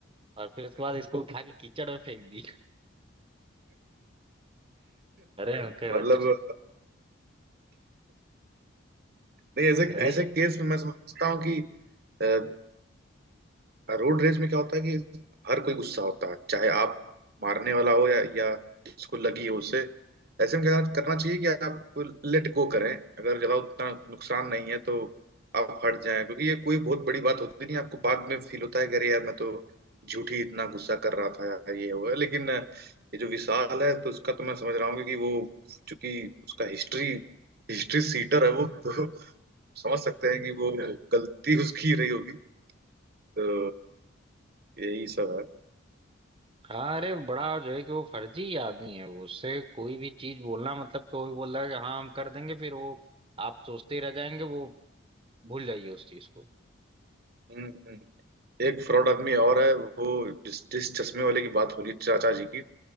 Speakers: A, on the right (about 25°); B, on the right (about 50°).
A: और फिर उसके बाद इसको उठा के कीचड़ में फेंक दी अरे उनके
B: मतलब
A: बत-
B: नहीं ऐसे
A: अरे
B: ऐसे केस में मैं समझता हूँ कि कि रोड रेज में क्या होता है कि हर कोई गुस्सा होता है चाहे आप मारने वाला हो या, या जिसको लगी हो उसे ऐसे में क्या करना चाहिए कि आप लेट गो करें अगर ज्यादा उतना नुकसान नहीं है तो आप हट जाएं क्योंकि ये कोई बहुत बड़ी बात होती नहीं है, आपको बाद में फील होता है कि अरे यार मैं तो झूठी इतना गुस्सा कर रहा था यार ये हुआ लेकिन ये जो विशाल है तो उसका तो मैं समझ रहा हूँ कि वो चूंकि उसका हिस्ट्री हिस्ट्री सीटर है वो तो समझ सकते हैं कि वो गलती उसकी रही होगी तो यही सब है
A: हाँ अरे बड़ा जो है कि वो फर्जी आदमी है वो उससे कोई भी चीज बोलना मतलब कि वो भी बोल रहा है कि हाँ हम कर देंगे फिर वो आप सोचते ही रह जाएंगे वो भूल जाइए उस चीज को
B: हम्म हम्म। एक फ्रॉड आदमी और है वो जिस जिस चश्मे वाले की बात हो रही चाचा जी की